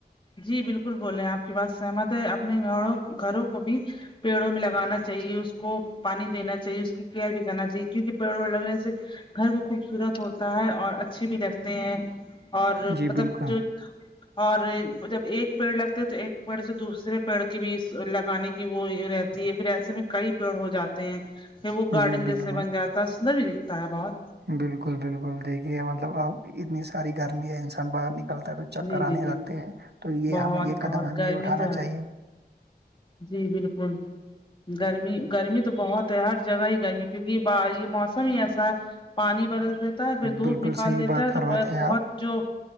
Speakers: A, on the left; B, on the right.
A: جی بالکل بولے ہیں آپ کی بات سہمت ہے اپنے گوں گھروں کو بھی پیڑوں میں لگانا چاہیے اس کو پانی دینا چاہیے اس کی کیئر بھی کرنا چاہیے کیونکہ پیڑوں میں لگنے سے گھر بھی خوبصورت ہوتا ہے اور اچھے بھی لگتے ہیں اور
B: جی
A: مطلب جو
B: <inaudible>
A: اور جب ایک پیڑ لگتے تو ایک پیڑ سے دوسرے پیڑ کے بھی اس لگانے کی وہ رہتی پھر ایسے میں کئی پیڑ ہو جاتے ہیں پھر وہ گارڈن
B: جی
A: جیسے
B: بالکل
A: بن جاتا ہے سندر بھی دکھتا ہے بہت
B: بالکل بالکل دیکھیے مطلب اب اتنی ساری گرمی ہے انسان باہر نکلتا ہے کچھ چک
A: جی
B: کرانے
A: جی جی
B: لگتے ہیں تو یہ
A: بہت
B: ہمیں یہ
A: بہت
B: قدم ہمیں
A: گرمی
B: اٹھانا
A: تو ہے
B: چاہیے
A: جی بالکل گرمی گرمی تو بہت ہے ہر جگہ ہی گرمی کیونکہ ب یہ موسم ہی ایسا ہے پانی برس پھر دھوپ
B: بالکل
A: نکال
B: صحیح
A: دیتا
B: بات
A: ہے تو
B: فرماتے ہیں
A: بہت
B: آپ
A: جو